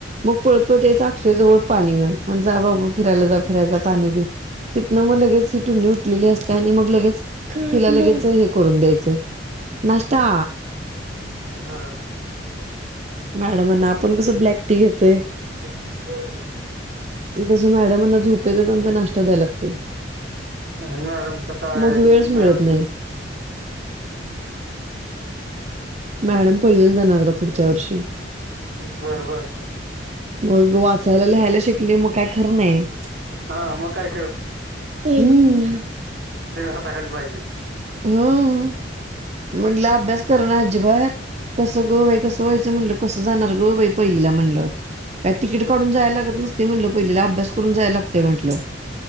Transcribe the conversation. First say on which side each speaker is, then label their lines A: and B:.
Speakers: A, on the right (about 40°); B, on the right (about 70°).
A: मग पळत पळत यायच अक्ष जवळ पाणी घेऊन आणि जा. फिरायलाला फिरायला पाणी ब तिथनं मग लगेच ही टुंणी उठलेली असते आणि मग लगेच हिला लगेच हे करून द्यायचं. नाष्टा.
B: हम्.
A: मॅडमांना आपण कसं ब्लॅक टी घेतोय.
B: हो.
A: तसं मॅडमांना झोपेतच नाश्ता द्याय लागतोय.
B: मॅडम च काय
A: मग वेळच
B: मॅड
A: मिळत नाही <unintelligible> मॅडम पहिलीला जाणार आता पुढच्या वर्षी?
B: बरबर.
A: मग वाचायला लिहायला शिकली मग काय खरं नाही?
B: हा मग काय
A: पहिलीला.
B: सगळ हाताखाली पाहिजे?
A: हम्म म्हटलं अभ्यास करण. अजिबात कसं ग बाई कसं व्हायचं म्हटलं कस जाणार ग बाई पहिलीला म्हणलं काय? तिकीट काढून जायला लागत नसते म्हटलं पहिलेला अभ्यास करून जायला लागतय म्हटलं.